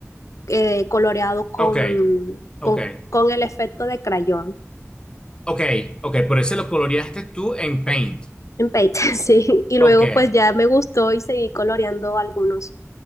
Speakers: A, on the left; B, on the left.
A: eh, coloreado con,
B: Ok. Ok,
A: con, con el efecto de crayón
B: Ok, ok, por eso lo coloreaste tú en Paint.
A: en Paint, <laughs> sí. Y
B: Ok,
A: luego pues ya me gustó y seguí coloreando algunos,